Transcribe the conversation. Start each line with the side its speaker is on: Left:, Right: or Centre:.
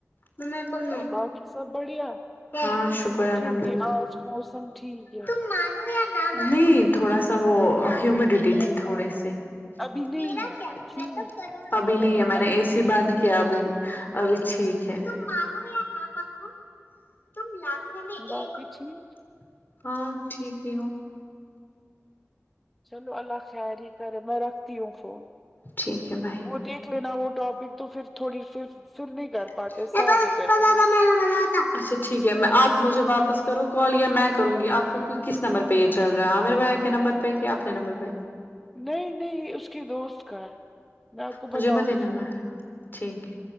Left: مطلب آپن
Centre: باقی سب بڑھیا
Left: ہاں شکر
Centre: پھر
Left: الحمد
Centre: بھی
Left: اللہ
Centre: آج موسم ٹھیک ہے
Left: تم مانو نہیں تھوڑا سا وہ ہیومیڈیٹی تھی تھوڑی سی
Centre: ابھی نہیں
Left: میرا
Centre: ہے
Left: کیا
Centre: تھی
Left: میں تو کرو ابھی
Centre: لیکن
Left: نہیں میں
Centre: ابھی
Left: نے اے سی
Centre: نہیں
Left: بند کیا ابھی ابھی ٹھیک ہے مانو یا نہ مانو تم لاکھوں میں
Centre: باقی
Left: ایک ہو
Centre: ٹھیک
Left: ہاں ٹھیک ہی ہوں
Centre: چلو اللہ خیاری ہی کرے میں رکھتی ہوں فون
Left: ٹھیک ہے بائے
Centre: وہ دیکھ لینا وہ ٹاپک تو پھر تھوڑی سی سر نہیں کر پاتے
Left: <unintelligible>
Centre: ساتھ ہی کریں گے
Left: اچھا ٹھیک ہے میں آپ مجھے واپس کرو کال یا میں کروں گی آپ کو کس نمبر پہ یہ چل رہا ہے عامر بھیا کے نمبر پے کیا اپنے نمبر پہ
Centre: نہیں نہیں اس کے دوست کا ہے میں آپ کو
Left: مجھے
Centre: بتاؤں
Left: مت
Centre: گی
Left: نب
Centre: فون
Left: ہے ٹھیک ہے